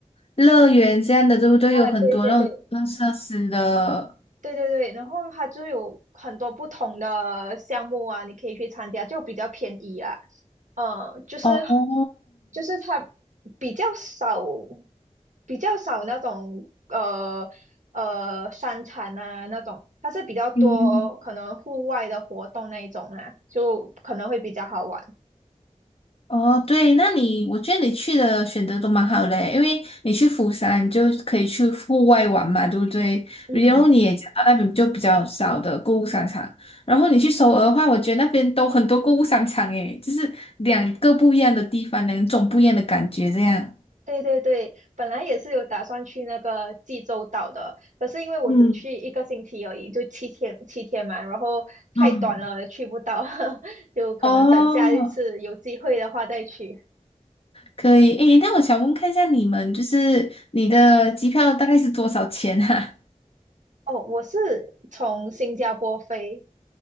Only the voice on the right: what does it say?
啊，
对对对，对对对，然后它就有很多不同的项目啊，你可以去参加，就比较便宜啦。呃，就是
就是它比较少，比较少那种呃呃商场啊那种，它是比较多可能户外的活动那一种啦，
就可能会比较好玩。
嗯。
对对对，本来也是有打算去那个济州岛的，可是因为我只去一个星期而已，
就七天七天嘛，然后太短了，
去不到，<laughs> 有可能等下一次有机会的话再去。
哦，我是从新加坡飞，